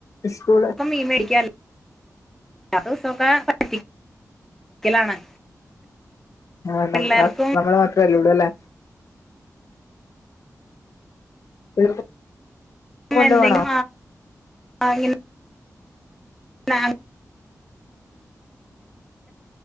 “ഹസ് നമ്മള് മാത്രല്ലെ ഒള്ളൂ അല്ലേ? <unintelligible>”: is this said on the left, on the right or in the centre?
Left